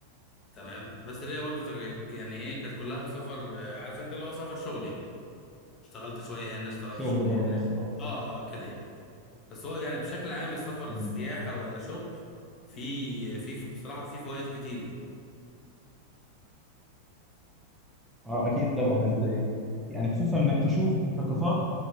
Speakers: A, on the left; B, in the centre.
A: تمام بس ليا برضو تك- يعني ايه كانت كلها سفر آه، عارف انت اللي هو سفر شغل يعني اشتغلت شوية هنا اشتغلت
B: شغل
A: شوية
B: بره
A: هناك
B: مصر اه
A: اه آه، آه، كده يعني بس هو يعني بشكل عام السفر
B: مم.
A: سياحة ولا شغل في في في- بصراحة في فوائد كتير يعني
B: اه اكيد طبعا نادي اللعيبه يعني خصوصا انك تشوف ثقافات